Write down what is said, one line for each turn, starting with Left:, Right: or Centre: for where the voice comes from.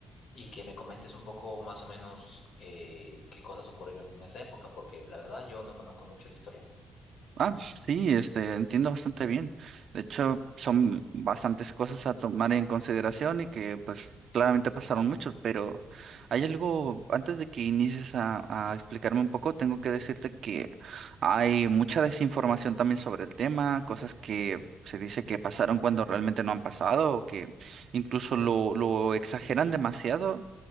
Left: Y que me comentes un poco más o menos eh, qué cosas ocurrieron en esa época, porque la verdad yo no conozco mucho de historia.
Right: Ah, sí, este, entiendo bastante bien. De hecho, son bastantes cosas a tomar en consideración y que, pues, claramente pasaron muchos, pero hay algo, antes de que inicies a, a explicarme un poco, tengo que decirte que hay mucha desinformación también sobre el tema, cosas que se dice que pasaron cuando realmente no han pasado o que incluso lo, lo exageran demasiado